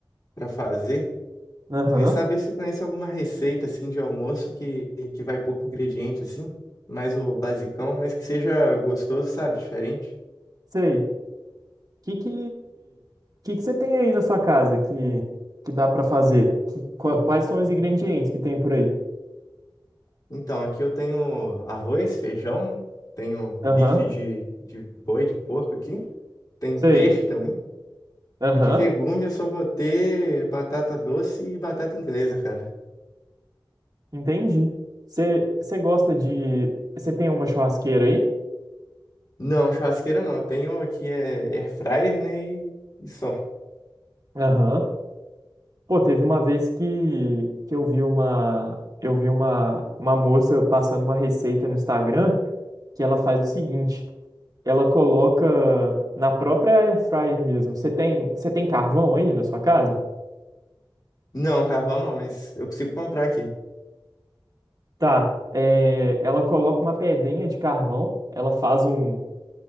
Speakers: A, on the left; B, on the right.
A: pra fazer.
B: Aham,
A: Queria saber se conhece alguma receita, assim, de almoço que, que vai pouco ingrediente, assim, mais o basicão, mas que seja gostoso, sabe? Diferente.
B: sei. Que que que que você tem aí na sua casa que que dá pra fazer? Que- qua- quais são os ingredientes que tem por aí?
A: Então, aqui eu tenho arroz, feijão, né? Tenho
B: Aham,
A: bife de, de boi, de porco aqui. Tenho
B: sei.
A: peixe também.
B: Aham,
A: E de legume eu só vou ter batata doce e batata inglesa, cara.
B: entendi. Você você gosta de você tem uma churrasqueira aí?
A: Não, churrasqueira não. Eu tenho aqui é air fryer, né? E, e só.
B: Aham. Pô, teve uma vez que que eu vi uma eu vi uma uma moça passando uma receita no Instagram que ela faz o seguinte, ela coloca na própria air fryer mesmo. Você tem, você tem carvão aí na sua casa?
A: Não, carvão não, mas eu consigo comprar aqui.
B: Tá. É, ela coloca uma pedrinha de carvão, ela faz um,